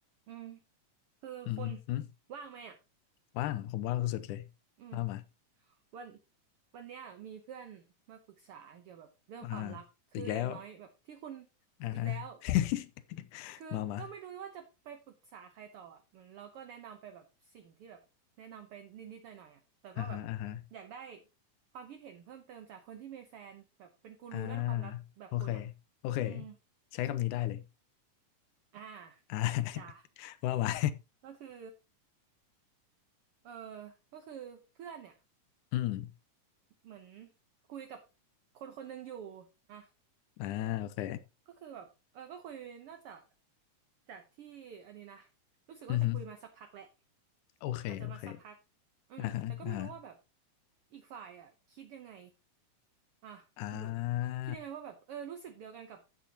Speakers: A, on the right; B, on the left.
A: อืมคือคุณ
B: อืมอืม
A: ว่างไหมอ่ะ
B: ว่างผมว่างสุดๆเลย
A: อืม
B: มามา
A: วันวันเนี้ยมีเพื่อนมาปรึกษาเกี่ยวกับเรื่องความรักคืออย่างน้อยแบบที่คุณ
B: อ่าอีกแล้วอ่าฮะ
A: อีกแล้ว
B: <laughs>
A: คือก็ไม่รู้ว่าจะไปปรึกษาใครต่ออ่ะเหมือนเราก็แนะนำไปแบบสิ่งที่แบบแนะนำไปนิดๆหน่อยๆอ่ะแต่ก็แบบ
B: มามาอ่าฮะอ่าฮะ
A: อยากได้ความคิดเห็นเพิ่มเติมจากคนที่มีแฟนแบบเป็นกูรูด้านความรักแบบคุณอ่ะ
B: อ่าโอเคโอเค
A: อืม
B: ใช้คำนี้ได้เลย
A: อ่า
B: อ่า <laughs>
A: จ้ะ
B: ว่ามา
A: ก็คือเออก็คือเพื่อนเนี่ย
B: <laughs> อืม
A: เหมือนคุยกับคนคนหนึ่งอยู่อ่ะ
B: อ่าโอเค
A: ก็คือแบบเออก็คุยน่าจะจากที่อันนี้นะรู้สึกว่าจะคุยมาสักพักแหละ
B: อือฮึโอเคโอเค
A: อาจจะมาสักพักอืมแต่ก็ไม่รู้ว่าแบบ
B: อ่าฮะอ่าฮะ
A: อีกฝ่ายอ่ะคิดยังไงอ่ะหรือ
B: อ่า
A: คิดยังไงว่าแบบเออรู้สึกเดียวกันกับ